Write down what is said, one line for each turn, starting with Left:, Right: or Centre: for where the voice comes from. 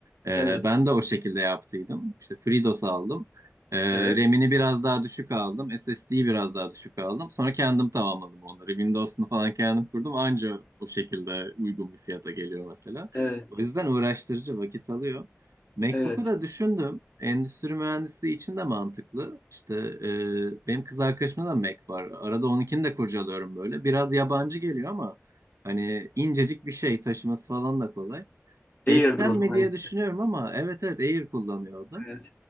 Right: Ee,
Left: evet,
Right: ben de o şekilde yaptıydım. İşte FreeDOS aldım. Ee,
Left: evet,
Right: RAM'ini biraz daha düşük aldım. SSD'yi biraz daha düşük aldım. Sonra kendim tamamladım onları. Windows'unu falan kendim kurdum. Anca o şekilde uygun bir fiyata geliyor mesela.
Left: evet,
Right: O yüzden uğraştırıcı vakit alıyor. MacBook'u
Left: evet.
Right: da düşündüm. Endüstri mühendisliği için de mantıklı. İşte e, benim kız arkadaşımda da Mac var. Arada onunkini de kurcalıyorum böyle. Biraz yabancı geliyor ama hani incecik bir şey taşıması falan da kolay. Geçsem
Left: Air'dır o zaman.
Right: mi diye düşünüyorum ama evet evet Air kullanıyordu.
Left: Evet.